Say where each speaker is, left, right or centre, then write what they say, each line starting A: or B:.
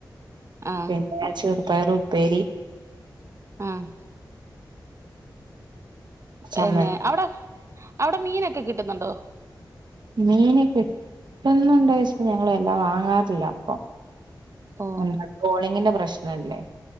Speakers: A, on the right; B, on the right.
A: ആഹ്
B: പിന്നെ ചെറുപയറ് ഉപ്പേരി
A: ആഹ് പിന്നെ
B: ചമ്മന്തി
A: അവിടെ അവിടെ മീനൊക്കെ കിട്ടുന്നുണ്ടോ?
B: മീന് കിട്ടുന്നുണ്ടോ ചോദിച്ച ഞങ്ങള് എല്ലാം വാങ്ങാറില്ല ഇപ്പൊ
A: ഓ
B: എന്താ കൊളിങ്ങിന്റെ പ്രശ്നല്ലേ